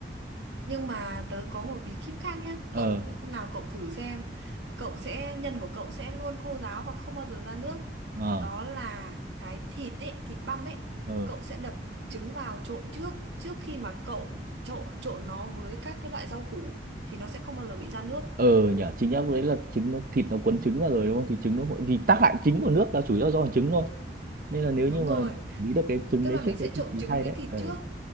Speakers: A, on the right; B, on the right.
A: Nhưng mà tớ có một bí kíp khác nhé.
B: ờ
A: Cậu hôm nào cậu thử xem. Cậu sẽ nhân của cậu sẽ luôn khô ráo và không bao giờ ra nước.
B: ờ
A: Đó là cái thịt ấy, thịt băm ấy.
B: ờ.
A: Cậu sẽ đập trứng vào trộn trước trước khi mà cậu trộn trộn nó với các cái loại rau củ thì nó sẽ không bao giờ bị ra nước.
B: ờ nhở chính em đấy là trứng nó thịt nó quấn trứng vào rồi đúng không thì trứng nó hội- vì tác hại chính của nước là chủ yếu do trứng thôi nên là nếu
A: Đúng
B: như mà
A: rồi.
B: nghĩ được cái trứng
A: tức
B: đấy
A: là mình
B: trước
A: sẽ
B: với thịt
A: trộn
B: thì
A: trứng
B: hay
A: với
B: đấy
A: thịt
B: ờ
A: trước